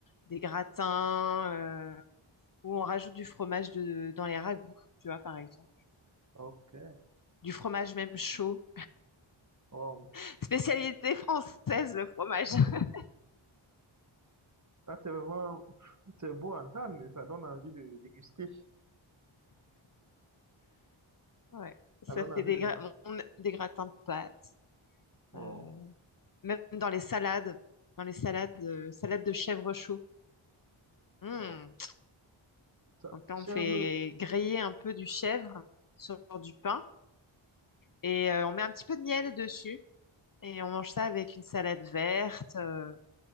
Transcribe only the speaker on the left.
des gratins euh, ou on rajoute du fromage de, dans les ragoûts, tu vois, par exemple.
Du fromage même chaud.
<laughs> Spécialité française, le fromage. <laughs>
Ouais, ça
fait
des,
gra- bon, on- des gratins de pâtes.
euh, même dans les salades, dans les salades, euh, salade de chèvre chaud. Hmm.
Donc là,
on fait griller un peu du chèvre sur du pain et euh, on met un petit peu de miel dessus et on mange ça avec une salade verte. euh,